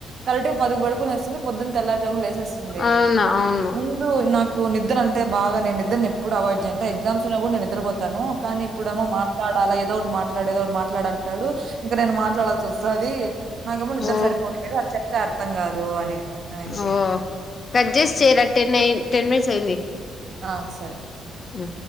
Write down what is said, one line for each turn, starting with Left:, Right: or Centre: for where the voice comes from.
Right: కరెక్ట్ గా పది కి పడుకొనేస్తుంది పొద్దున తెల్లార్జామున్ లే చేస్తుంది
Left: అవునా అవును
Right: ముందు నాక్ కు నిద్ర అంటే బాగా నే నెన్ నిద్ర నీ ఎప్పుడు అవాయిడ్ చేయన్ ఎగ్జామ్స్ ఉన్నా కూడా నేను నిద్రపోతాను కానీ ఇప్పుడేమో మాట్లాడాలా ఏ ఒటి మాట్లాడేది ఒకడు మాట్లాడు అంటాడు ఇంక నేను మాట్లాడాల్సి వస్తది నా కేమో నిద్దర్
Left: ఓ
Right: సరిపోట్లేదు అది చెప్తే ర్ అర్థం కాదు అని అనింది.
Left: ఓ కట్ జేసీ చేరా టెన్ అయిన్ టెన్ మినిట్స్ అయింది
Right: ఆ సరే
Left: అ